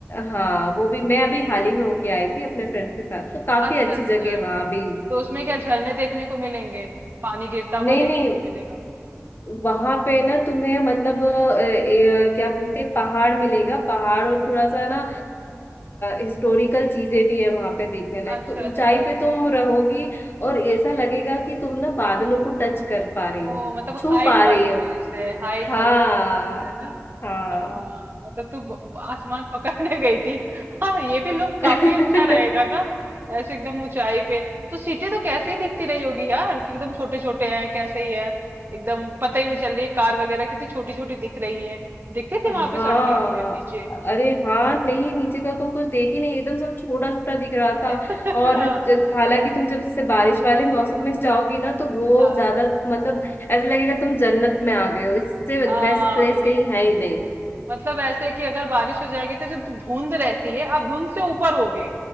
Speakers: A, on the left (about 45°); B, on the right (about 45°).
A: हाँ वो भी मैं अभी हाल ही में होके आई थी अपने फ्रेंड्स के साथ तो काफी
B: अच्छा
A: अच्छी
B: अच्छा
A: जगह है वहां भी
B: तो उसमें क्या झरने देखने को मिलेंगे पानी गिरता
A: नहीं
B: हुआ देखने
A: नहीं
B: को मिलेगा
A: वहां पे ना तुम्हें मतलब अ, ए, अ, क्या बोलते हैं पहाड़ मिलेगा पहाड़ और थोड़ा सा ना
B: अच्छा
A: हिस्टोरिकल चीजें भी है वहां पे देखने लायक
B: अच्छा
A: तो
B: अच्छा
A: ऊंचाई पे तुम रहोगी और ऐसा
B: हाँ।
A: लगेगा कि तुम ना बादलों को टच कर पा रही
B: ओ
A: हो
B: मतलब
A: छू
B: हाइट
A: पा रही
B: वाली प्लेस
A: हो
B: है हाइट
A: हाँ
B: वाली प्लेस है ना
A: हाँ
B: हाँ, मतलब तू ब- आसमान पकड़ने गई थी हाँ ये भी लुक काफी
A: <laughs>
B: अच्छा रहेगा ना ऐसे एकदम ऊंचाई पे तो सिटी तो कैसे ही दिखती रही होगी यार कि एकदम छोटे छोटे हैं कैसे ही है एकदम पता ही नहीं चल रही कार वगैरह कितनी छोटी छोटी दिख रही है दिखती थी
A: हाँ
B: वहां पे सड़कें फिर नीचे
A: अरे हाँ नहीं नीचे का तो कुछ देख ही नहीं एकदम सब छोटा छोटा दिख रहा था
B: <laughs>
A: और
B: हाँ
A: ज- हालांकि तुम जब जैसे बारिश वाले मौसम में जाओगी ना तो वो
B: हाँ
A: ज्यादा मतलब ऐसा लगेगा तुम जन्नत में आ गए हो इससे
B: हाँ,
A: बेस्ट प्लेस
B: ये
A: कहीं है ही नहीं
B: मतलब ऐसे कि अगर बारिश हो जाएगी तो जो धु- धुंध रहती है आप धुंध से ऊपर होगे